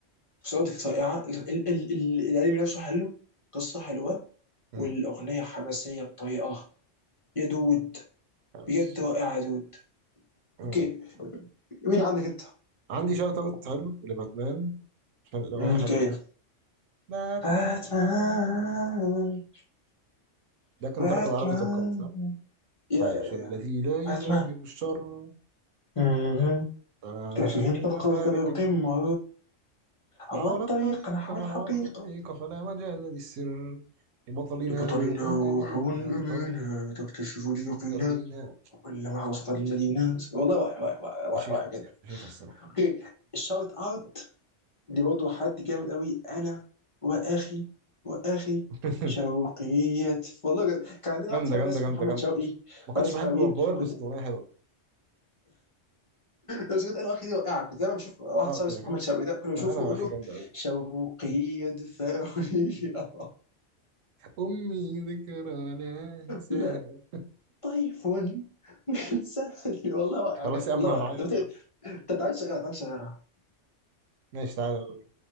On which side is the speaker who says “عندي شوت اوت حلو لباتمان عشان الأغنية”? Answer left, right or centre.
Right